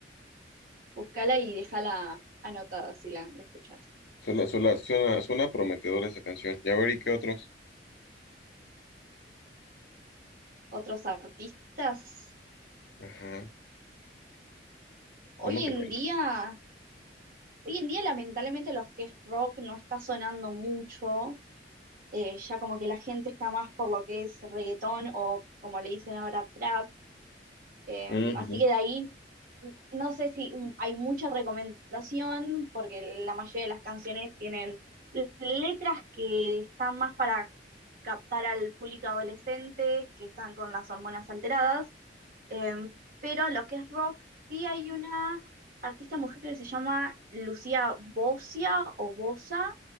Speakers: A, on the right; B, on the left.
A: Búscala y déjala anotada si la, la escuchas.
B: Suena, suena, suena, suena prometedora esa canción. Ya veré qué otros.
A: otros artistas.
B: Ajá.
A: Hoy
B: Uno que
A: en
B: tenga.
A: día, hoy en día lamentablemente los que es rock no está sonando mucho, eh, ya como que la gente está más por lo que es reggaetón o como le dicen ahora trap, eh,
B: Ujú.
A: así que de ahí n- no sé si mm, hay mucha recomendación porque la mayoría de las canciones tienen l- letras que están más para captar al público adolescente, que están con las hormonas alteradas Em, pero lo que es rock, sí hay una artista mujer que se llama Lucía Bosia o Bosa,